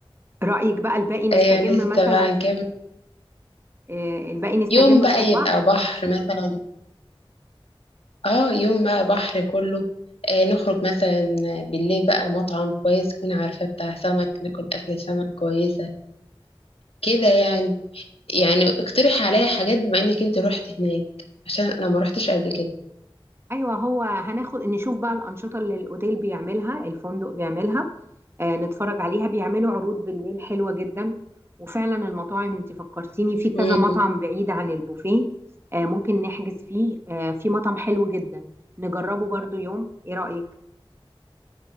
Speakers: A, on the right (about 25°); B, on the left (about 80°).
A: رأيك بقى الباقي نستجم
B: أيوة لسه
A: مثلا
B: بقى نكمل
A: آه الباقي نستجم
B: يوم بقى
A: في البحر
B: يبقى بحر مثلا اه يوم بقى بحر كله آه نخرج مثلا بالليل بقى مطعم كويس تكون عارفاه بتاع سمك ناكل أكل سمك كويسة كده يعني يعني اقترح عليا حاجات بما إنك انت روحت هناك عشان أنا ما روحتش قبل
A: ايوه هو هناخد نشوف بقى الانشطه اللي الاوتيل بيعملها الفندق بيعملها آه نتفرج عليها بيعملوا عروض بالليل حلوه جدا وفعلا المطاعم انت فكرتيني في كذا
B: كده
A: مطعم بعيد عن البوفيه آه ممكن نحجز فيه آه في مطعم حلو جدا نجربه برضو يوم ايه رايك